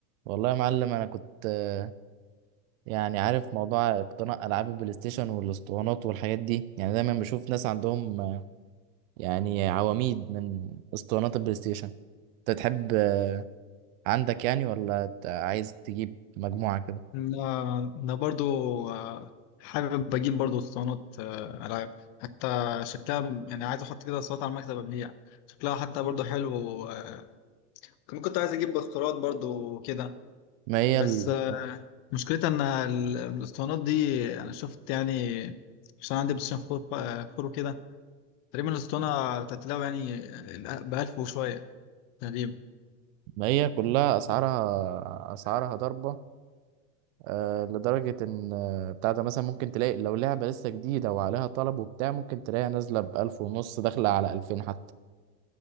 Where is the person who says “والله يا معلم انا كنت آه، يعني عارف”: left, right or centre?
Right